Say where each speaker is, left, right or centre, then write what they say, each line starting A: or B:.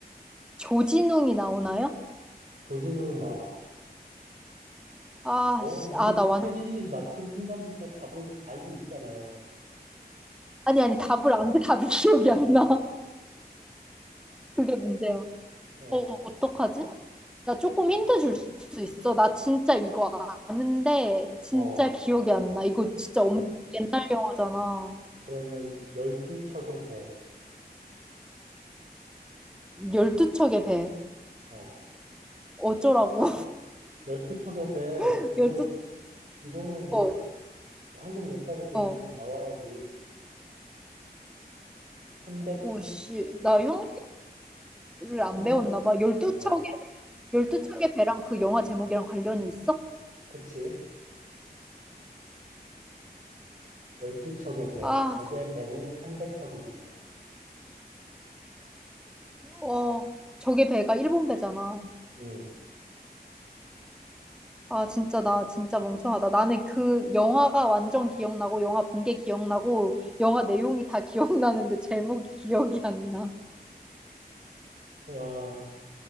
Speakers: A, in the centre; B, on the right.
A: 조진웅이 나오나요?
B: 조진웅은 나와.
A: 아씨아
B: 넌 이미
A: 나 완
B: 최민식 맞춘 순간부터 답을 알고 있잖아.
A: 아니 아니 답을 안 돼. 답이 기억이 안 나. 그게 문제야.
B: 어,
A: 어 어떡하지? 야, 조금 힌트 줄 수 있어? 나 진짜 이거 아는데, 진짜
B: 어.
A: 기억이 안 나. 이거 진짜 엄청 옛날 영화잖아.
B: 그러면 열두 척의 배.
A: 열두 척의 배.
B: 어.
A: 어쩌라고?
B: 열두 척의 배.
A: <laughs>
B: 이거,
A: 열두
B: 이거는
A: 척.
B: 한국 역사를 배웠으면
A: 어.
B: 나와야지. 삼백
A: 오씨.
B: 삼십
A: 나 형을
B: 삼백
A: 안 배웠나 봐. 열두
B: 어.
A: 척의, 열두 척의 배랑 그 영화 제목이랑 관련이 있어?
B: 그치. 열두 척의 배.
A: 아,
B: 적의 배는 삼백 척이 넘어.
A: 어. 저게 배가 일본 배잖아.
B: 응.
A: 아, 진짜, 나 진짜 멍청하다. 나는 그 영화가 완전 기억나고, 영화 본 게 기억나고, 영화 내용이 다 <laughs> 기억나는데, 제목이 기억이 안 나.
B: 와,